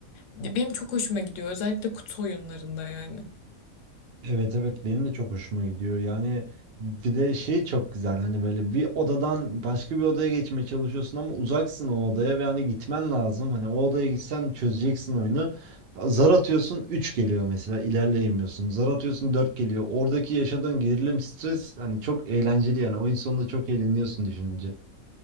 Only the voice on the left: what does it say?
benim çok hoşuma gidiyor özellikle kutu oyunlarında yani.